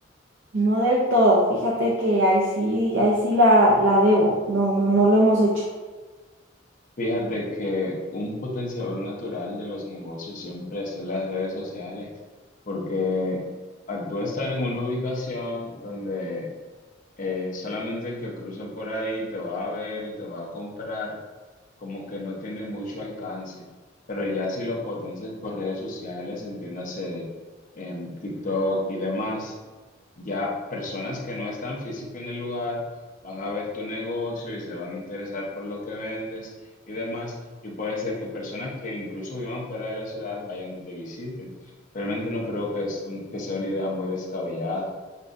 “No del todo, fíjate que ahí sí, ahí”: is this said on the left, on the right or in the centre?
Right